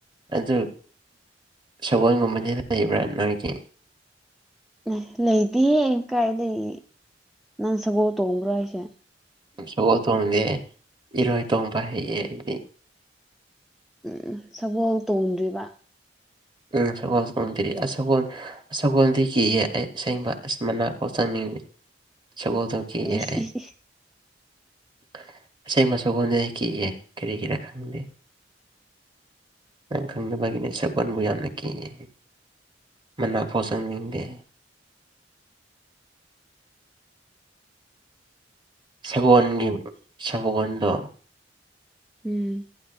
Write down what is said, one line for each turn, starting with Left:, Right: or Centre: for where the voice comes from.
Right: ꯑꯗꯨ ꯁꯒꯣꯜꯒꯨꯝꯕꯅꯤꯅ ꯂꯩꯕ꯭ꯔꯥ ꯅꯪꯡꯒꯤ
Centre: ꯑꯦ ꯂꯩꯇꯦꯍꯦ ꯀꯥꯏ ꯂꯩ ꯅꯪ ꯁꯒꯣꯜ ꯇꯣꯡꯕ꯭ꯔꯣ ꯍꯥꯏꯁꯦ
Right: ꯁꯒꯣꯜ ꯊꯣꯡꯗꯦ ꯏꯔꯣꯏ ꯇꯣꯡꯕ ꯍꯩꯌꯦ ꯑꯩꯗꯤ
Centre: ꯎꯝ ꯁꯒꯣꯜ ꯇꯣꯡꯗ꯭ꯔꯤꯕ꯫
Right: ꯎ ꯁꯒꯣꯜ ꯁꯨ ꯎꯟꯗꯔꯤ ꯑꯁ ꯁꯒꯣꯅ ꯁꯒꯣꯜꯗꯤ ꯀꯤꯌꯦ ꯑꯩ ꯑꯁꯦꯡꯕ ꯑꯁ ꯃꯅꯥꯛ ꯐꯥꯎ ꯆꯪꯅꯤꯡꯕꯗꯦ ꯁꯒꯣꯜ <unintelligible>
Centre: ꯏꯁ ꯏꯁ ꯏꯁ
Right: ꯑꯁꯦꯡꯕ ꯁꯒꯣꯟꯗꯤ ꯀꯤꯖꯥꯏ ꯀꯔꯤꯒꯤꯔꯥ ꯈꯪꯗꯦ ꯅꯪ ꯈꯪꯅꯕꯦꯅꯦ ꯁꯛꯒꯅꯕꯨꯌꯝ ꯀꯤꯌꯦ ꯃꯅꯥꯛ ꯄꯣ ꯁꯪꯅꯤꯡꯗꯦ ꯁꯒꯣꯜꯒꯤ ꯁꯒꯣꯜꯗꯣ
Centre: ꯎꯝ